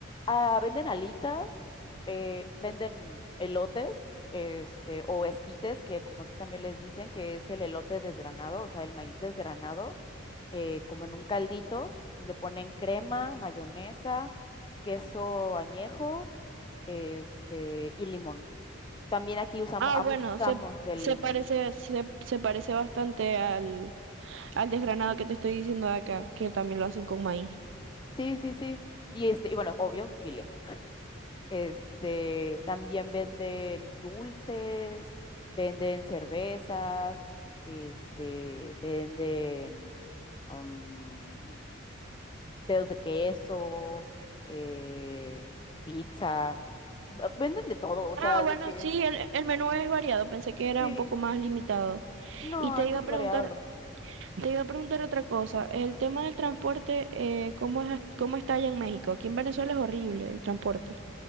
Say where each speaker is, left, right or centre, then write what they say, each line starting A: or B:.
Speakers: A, on the left; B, on the right.
A: Ah, venden alitas, eh, venden elotes, este, o esquites, que como aquí también les dicen, que es el elote desgranado, o sea, el maíz desgranado, eh, como en un caldito, y le ponen crema, mayonesa, queso añejo, este, y limón. También aquí usamos,
B: Ah,
A: abusamos
B: bueno, se,
A: del
B: se
A: limón.
B: parece, se, se parece bastante al, al desgranado que te estoy diciendo de acá, que también lo hacen con maíz.
A: Sí, sí, sí. Y este, y bueno, obvio, Chile. Este, también venden dulces, venden cervezas, este, venden mm, dedos de queso, eh, pizza. v- Venden de todo, o
B: Ah,
A: sea,
B: bueno,
A: de que
B: sí, el, el menú es variado, pensé que era
A: sí,
B: un poco más limitado.
A: no,
B: Y te
A: es
B: iba
A: muy
B: a preguntar,
A: variado.
B: te iba a preguntar otra cosa, el tema del transporte, eh, ¿cómo es, hasta- cómo está allá en México? Aquí en Venezuela es horrible el transporte,